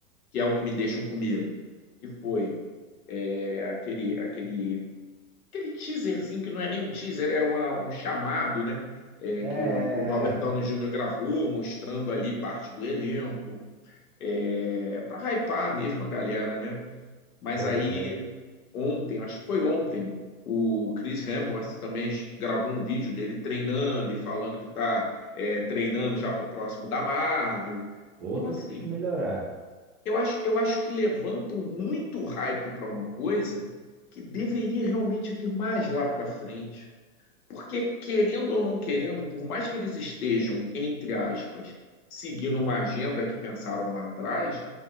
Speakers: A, on the left (about 85°); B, on the right (about 20°).
A: que é o que me deixam com medo, que foi é, aquele, aquele aquele teaserzinho que não é nem um teaser, é uma- um chamado, né? É,
B: É,
A: que
B: é,
A: o, que o Robert Downey
B: é. é.
A: Jr. gravou, mostrando ali parte do elenco, é, para hypar mesmo a galera, né? Mas
B: Foi,
A: aí
B: foi.
A: ontem, acho que foi ontem, o Chris Hemsworth também gravou um vídeo dele treinando e falando que está treinando já para o próximo da Marvel.
B: Outro
A: Então, assim,
B: que tem que melhorar
A: eu acho, eu acho que levantam muito hype para uma coisa que deveria realmente vir mais lá para frente. Porque, querendo ou não querendo, por mais que eles estejam, entre aspas, seguindo uma agenda que pensaram lá atrás,